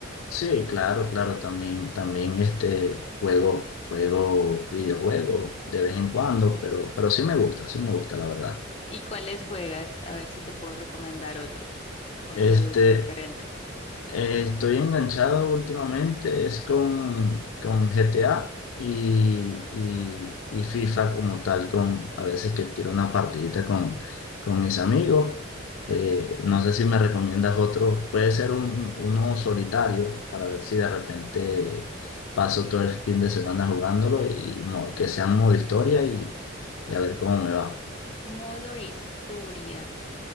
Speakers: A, on the left; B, on the left.
A: Sí, claro, claro, también, también este juego, juego videojuego de vez en cuando, pero, pero sí me gusta, sí me gusta, la verdad.
B: ¿Y cuáles juegas? A ver si te puedo recomendar otro, otro
A: Este,
B: diferente.
A: Eh, estoy enganchado últimamente, es con, con GTA y, y- y FIFA como tal, con a veces que tiro una partidita con, con mis amigos. Eh, no sé si me recomiendas otro, puede ser un, uno solitario para ver si de repente paso todo el fin de semana jugándolo y, mo- que sea un modo historia y, y a ver cómo me va.
B: Modo historia.